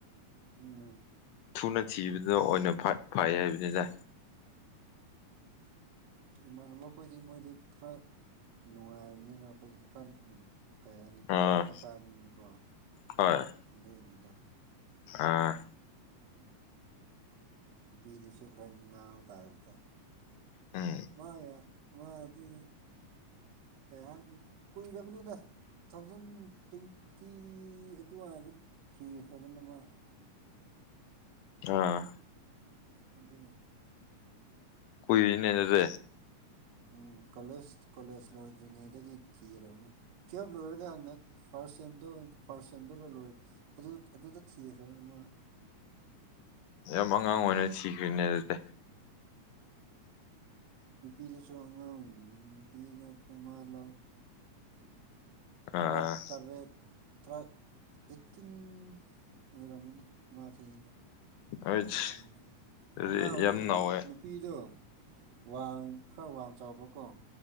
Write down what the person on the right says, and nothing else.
ꯎꯝ
ꯏꯃꯥꯟꯅꯕ ꯃꯈꯣꯏꯗꯤ ꯃꯣꯏꯗꯤ ꯈꯔ ꯅꯨꯡꯉꯥꯏꯕꯅꯤꯅ ꯑꯩꯈꯣꯏꯁ ꯈꯔ ꯀꯩ ꯍꯥꯏꯅꯤ
ꯄꯩꯁꯥ ꯈꯔ ꯄꯥꯕꯅꯤꯅꯀꯣ
ꯑꯗꯨꯗꯨꯗ
ꯅꯨꯄꯤꯗꯨꯁꯨ ꯈꯔ ꯉꯥꯡꯕ ꯇꯥꯔꯕꯗ
ꯃꯥ ꯃꯥ ꯑꯗꯨ ꯀꯩ ꯍꯥꯏꯅꯤ ꯀꯨꯏꯔꯕꯅꯤꯅ ꯇꯨ ꯊꯥꯎꯖꯟ ꯇ꯭ꯋꯦꯟꯇꯤ ꯑꯗꯨꯋꯥꯏꯗ ꯊꯤꯈ꯭ꯔꯕ ꯅꯃ
ꯑꯗꯨꯗ
ꯎꯝ ꯀꯣꯂꯦꯖ ꯀꯣꯂꯦꯖ ꯂꯣꯏꯗ꯭ꯔꯤꯉꯩꯗꯒꯤ ꯊꯤꯔꯕꯅꯤ ꯆꯦꯞ ꯂꯣꯏꯔ ꯐꯥꯔꯁ ꯁꯦꯝꯗꯣꯏ ꯐꯥꯔꯁ ꯁꯦꯝꯗꯧꯔ ꯂꯣꯏ ꯑꯗꯨ ꯑꯗꯨꯗ ꯊꯤꯈ꯭ꯔꯕ ꯑꯃ
ꯅꯨꯄꯤꯗꯁꯨ ꯑꯉꯥꯡ ꯑꯣꯏꯔꯤꯅꯤ ꯅꯨꯄꯤꯗꯁꯨ ꯃꯥ ꯂꯧ
ꯇꯔꯥ ꯇꯔꯦꯠ ꯇꯔꯥ ꯑꯩꯠꯇꯤꯟ ꯑꯣꯏꯔꯝꯃꯅꯤ ꯃꯥꯁꯦꯗ
ꯅꯧꯔꯤꯅꯦ
ꯑꯉꯥꯡ ꯑꯣꯏꯁꯨ
ꯃꯥ ꯅꯨꯄꯤꯗꯣ ꯋꯥ ꯈꯔ ꯋꯥꯡ ꯆꯥꯎꯕ ꯀꯣ